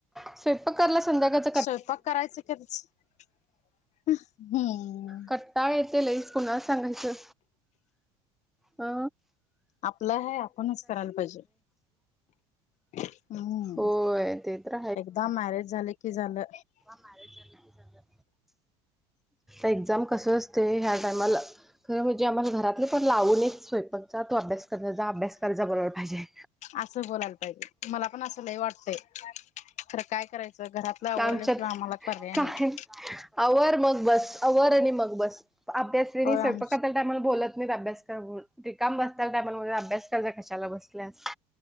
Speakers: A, in the centre; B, on the left (about 55°).
A: स्वयंपाक करायला संध्याकाळ
B: स्वयंपाक करायच <unintelligible> हम.
A: कट्टाळा येतोय लयच कुणाला सांगायचं अ
B: आपलं हाय आपणच करायला पाहिजे. हम्म
A: होय ते तर
B: एकदा मॅरेज झालं कि झालं.
A: मॅरेज झालं की झालं. एक्झाम कस असतय ह्या टायमाला खरं म्हणजे आम्हाला घरातले पण लावूनच स्वयंपाकचा तो अभ्यास करजा जा अभ्यास कर्जा बोरायला पाहिजे.
B: आसं बोलायला पाहिजे मला पण असं लय वाटतंय खरं काय कराय च घरातलं आवरल्या
A: आमच्यात
B: शिवाय आम्हाला पर्याय
A: काय
B: नाई.
A: आवर मग बस आवर आणि मग बस अभ्यास्रेणी
B: होय
A: स्वयंपाक
B: आम
A: <unintelligible> <unintelligible> बोलत नाही अभ्यास कर म्हणून रिकाम बसलेल्या टायमाला अभ्यास कर्जा कशाला बसलीयास.